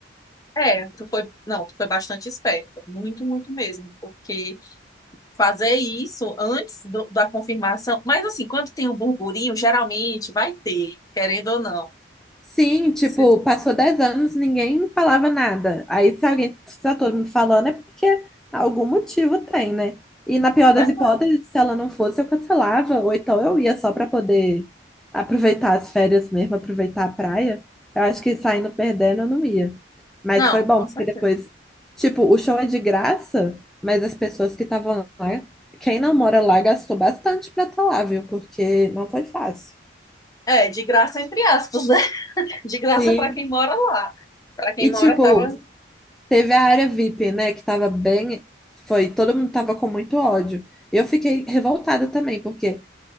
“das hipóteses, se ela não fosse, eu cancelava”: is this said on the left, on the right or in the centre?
Centre